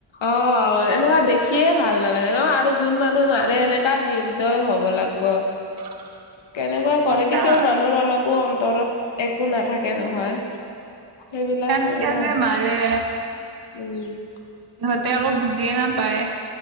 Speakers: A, on the left; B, on the right.
A: অ এনেকুৱা দেখিয়ে ভাল নালাগে ন আৰু যোন মানুহে মাৰে এনেকা নিৰ্দয় হব লাগ। ব।
B: <unintelligible>
A: কেনেকুৱা
B: সঁচা
A: কৰে কিছুমান মানুহ অলপো অন্তৰত একো নাথাকে নহয়। সেইবিলাক
B: কেনকে
A: হেনেকুৱাই
B: যে মাৰে
A: উম।
B: সিহঁতে আকৌ বুজিয়ে নাপায়